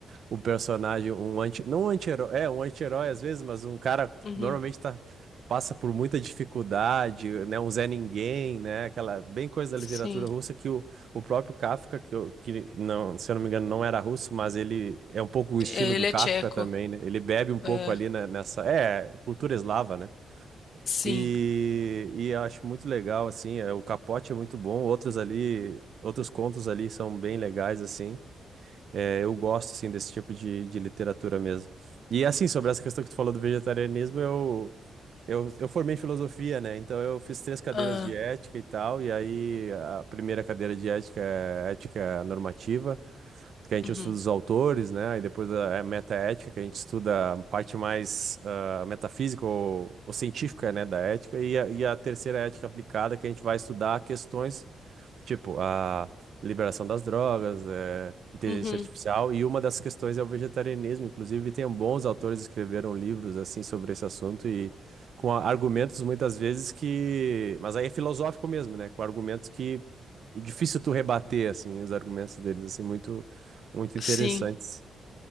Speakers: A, on the right (about 60°); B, on the left (about 55°).
A: um personagem, um anti, não um anti-herói, é um anti-herói às vezes, mas um cara que
B: uhum,
A: normalmente tá, passa por muita dificuldade, né? Um Zé Ninguém, né? Aquela bem coisa da
B: sim.
A: literatura russa que o, o próprio Kafka, que, eu- que não, se eu não me engano, não era russo, mas ele é um pouco o estilo
B: É,
A: do
B: ele
A: Kafka
B: é tcheco.
A: também, né? Ele bebe um pouco
B: É,
A: ali na- nessa, é, cultura eslava, né?
B: sim.
A: E, e eu acho muito legal, assim, é, o Capote é muito bom, outros ali, outros contos ali são bem legais, assim. É, eu gosto, assim, desse tipo de, de literatura mesmo. E, assim, sobre essa questão que tu falou do vegetarianismo, eu, eu, eu formei em filosofia, né? Então, eu fiz três cadeiras
B: Ah,
A: de ética e tal, e aí a primeira cadeira de ética é ética normativa, que a gente
B: uhum,
A: estuda os autores, né? Aí depois a metaética, que a gente estuda a parte mais ah, metafísica ou, ou científica, né, da ética, e a, e a terceira ética aplicada, que a gente vai estudar questões tipo a liberação das drogas, eh, inteligência
B: uhum,
A: artificial, e uma das questões é o vegetarianismo. Inclusive, tem bons autores que escreveram livros assim sobre esse assunto e com a- argumentos muitas vezes que, mas aí é filosófico mesmo, né? Com argumentos que é difícil tu rebater assim os argumentos deles assim muito muito interessante.
B: sim.